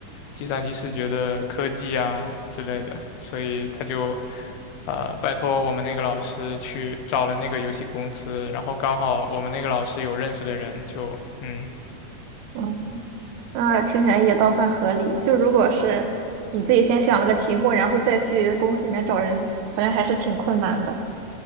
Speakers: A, on the left; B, on the right.
A: 计算机视觉的科技啊之类的，所以他就呃拜托我们那个老师去找了那个游戏公司，然后刚好我们那个老师有认识的人就，嗯。
B: 嗯。那听起来也倒算合理。就如果是你自己先想了个题目，然后再去公司里面找人，好像还是挺困难的。